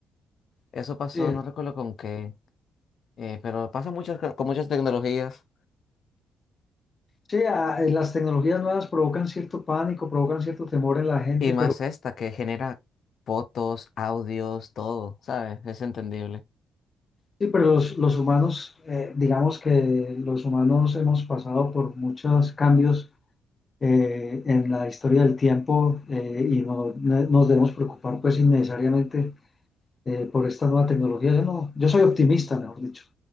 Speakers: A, on the left; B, on the left.
A: Eso pasó,
B: Sí,
A: no recuerdo con qué, eh, pero pasa muchas, co- con muchas tecnologías
B: sí, ah, eh, las tecnologías nuevas provocan cierto pánico, provocan cierto temor en la gente,
A: y más
B: pero
A: esta que genera fotos, audios, todo, ¿sabes? Es entendible.
B: sí, pero los, los humanos, eh, digamos que los humanos hemos pasado por muchos cambios eh, en la historia del tiempo eh, y no, no- nos debemos preocupar pues innecesariamente eh, por esta nueva tecnología. Yo no, yo soy optimista, mejor dicho.